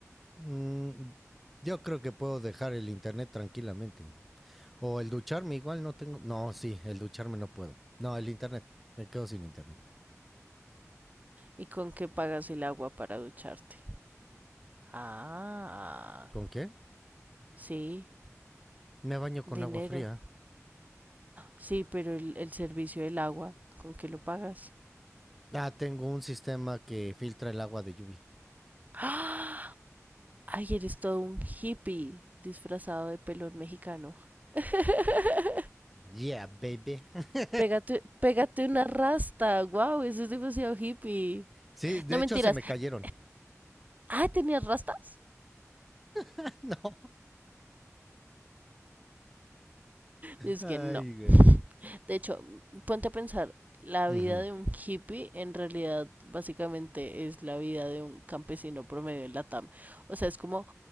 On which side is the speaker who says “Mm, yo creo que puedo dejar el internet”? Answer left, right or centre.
Centre